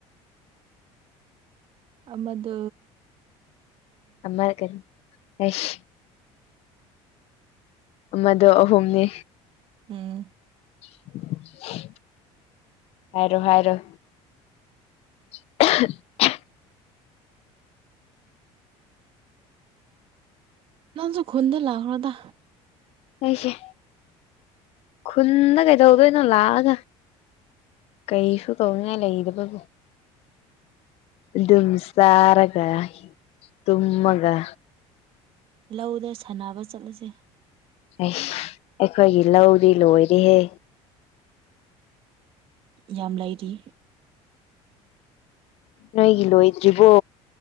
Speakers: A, on the right; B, on the left.
A: ꯑꯗꯨ
B: ꯑꯃꯔ ꯀꯔꯤꯁ ꯃꯗꯨ ꯑꯍꯨꯝꯅꯤ
A: ꯎꯝ
B: <inaudible> ꯍꯥꯏꯔꯣ ꯍꯥꯏꯔꯣ <inaudible>
A: ꯅꯁꯨ ꯈꯣꯟꯟꯗ ꯂꯥꯛꯣ ꯇ
B: ꯑꯩꯁꯦ ꯈꯨꯟꯗ ꯀꯩꯗꯧꯗꯣꯏꯅꯣ ꯂꯥꯛꯑꯒ ꯀꯩꯁꯨ ꯇꯧꯉ ꯂꯩꯗꯦꯕꯕ ꯑꯗꯨꯝ ꯁꯔꯒ ꯇꯃꯒ
A: ꯂꯧꯗ ꯁꯥꯟꯅꯕ ꯆꯠꯂꯁꯦ
B: ꯁ ꯑꯩꯈꯣꯏꯒꯤ ꯂꯧꯗꯤ ꯂꯣꯏꯔꯦꯍꯦ
A: ꯌꯥꯝ ꯂꯩꯔꯤ
B: ꯅꯣꯏꯒꯤ ꯂꯣꯏꯗ꯭ꯔꯤꯕꯣ